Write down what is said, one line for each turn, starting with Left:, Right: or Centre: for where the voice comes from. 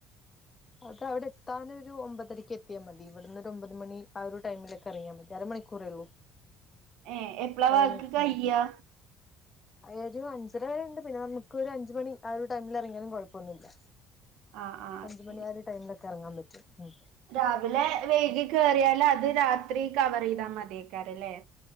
Left: <inaudible> അത് അവിടെ എത്താനൊരു ഒമ്പതരക്ക് എത്തിയാൽ മതി. ഇവിടുന്നൊരു ഒമ്പത് മണി ആ ഒരു ടൈമിലൊക്കെ ഇറിങ്ങിയാ മതി. അരമണിക്കൂറേ ഒള്ളൂ.
Right: ഏ എപ്പളാ
Left: <unintelligible>
Right: വർക്ക് കയ്യാ
Left: ഒരു അഞ്ചര വരെ ഉണ്ട്, പിന്നെ നമുക്ക് ഒരു അഞ്ചു മണി ആ ഒരു ടൈമില് എറങ്ങിയാലും കുഴപ്പൊന്നുമില്ല.
Right: ആ ആ
Left: അഞ്ചുമണി
Right: ശരി
Left: ആ ഒരു ടൈമിലൊക്കെ ഇറങ്ങാൻ പറ്റും ഉം.
Right: രാവിലെ വൈഗി കയറിയാൽ അത് രാത്രി കവറ് ചെയ്താൽ മതിയാകാരംല്ലേ.